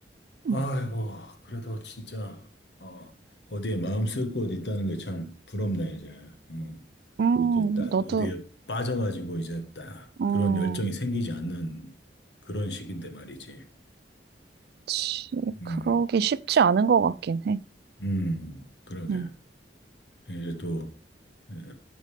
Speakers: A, on the left; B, on the right.
A: 아이고,
B: 음,
A: 그래도 진짜, 어, 어디에 마음 쓸 곳 있다는 게 참 부럽네, 이제. 응.
B: 음,
A: 이렇게 딱
B: 너도
A: 어디에 빠져가지고 이제 딱
B: 음,
A: 그런 열정이 생기지 않는 그런 시기인데 말이지.
B: 그치
A: 음.
B: 그러기 쉽지 않은 것 같긴 해.
A: 음, 그러게.
B: 음,
A: 이제 또, 예,